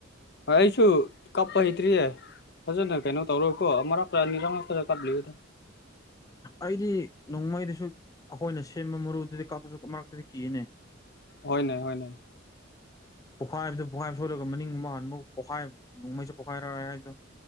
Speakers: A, on the left; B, on the left.
A: ꯑꯩꯁꯨ ꯀꯞꯄ ꯍꯇ꯭ꯔꯤꯌꯦ ꯐꯖꯅ ꯀꯩꯅꯣ ꯇꯧꯔꯣꯏꯀꯣ ꯃꯔꯛꯛꯇ ꯑꯅꯤꯔꯛ ꯃꯔꯛꯇꯗ ꯀꯞꯂꯤꯗ
B: ꯑꯩꯗꯤ ꯅꯣꯡꯃꯩꯗꯁꯨ ꯑꯩꯈꯣꯏꯅ ꯁꯦꯝꯕ ꯃꯔꯨꯗꯨꯗꯤ ꯀꯥꯞꯇꯁꯨ ꯃꯔꯛꯇꯨꯗꯤ ꯀꯤꯅꯦ
A: ꯍꯣꯏꯅꯦ ꯍꯣꯏꯅꯦ
B: ꯄꯣꯈꯥꯏꯕꯗꯨꯣ ꯄꯣꯈꯥꯏꯕ ꯁꯣꯠꯂꯒ ꯃꯅꯤꯡ ꯑꯃꯨ ꯍꯥꯟꯕꯕ ꯄꯣꯛꯈꯥꯏ ꯅꯣꯡꯃꯩꯁ ꯄꯣꯈꯥꯏꯔꯛꯦ ꯍꯥꯏꯕꯗꯣ